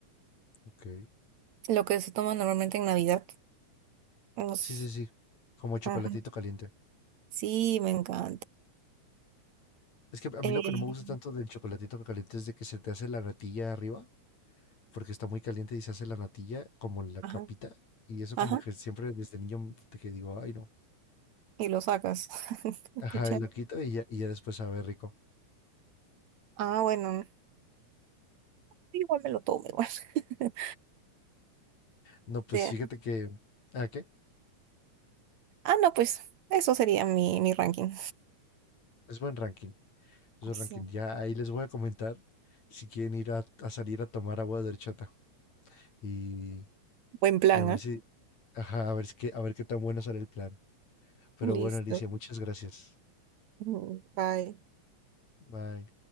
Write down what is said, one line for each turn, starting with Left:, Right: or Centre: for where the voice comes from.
Left: Ok.
Right: lo que se toma normalmente en Navidad. Nos-
Left: Sí, sí, sí. Como chocolatito
Right: ajá,
Left: caliente.
Right: Sí, me encanta.
Left: Es que a mí
Right: Eh,
Left: lo que no me gusta tanto del chocolatito caliente es de que se te hace la natilla arriba, porque está muy caliente y se hace la natilla como la
Right: ajá.
Left: capita. Y eso
Right: Ajá,
Left: como que siempre desde niño mm, de que digo, ay no.
Right: y lo sacas. <laughs> Escucha.
Left: Ajá, y lo quito y ya, y ya después sabe rico.
Right: Ah, bueno, igual me lo tomo igual. <laughs>
Left: No, pues
Right: De
Left: fíjate
Right: ahí.
Left: que... ¿A qué?
Right: Ah, no, pues eso sería mi, mi ranking.
Left: Es buen ranking. Es buen
Right: Sí.
Left: ranking. Ya ahí les voy a comentar si quieren ir a, a salir a tomar agua de horchata. Y,
Right: Buen plan,
Left: y a ver
Right: ¿ah?
Left: si, Ajá, a ver, es que, a ver qué tan bueno sale el plan. Pero
Right: Listo.
Left: bueno, Alicia, muchas gracias.
Right: Mm, Bye.
Left: Bye.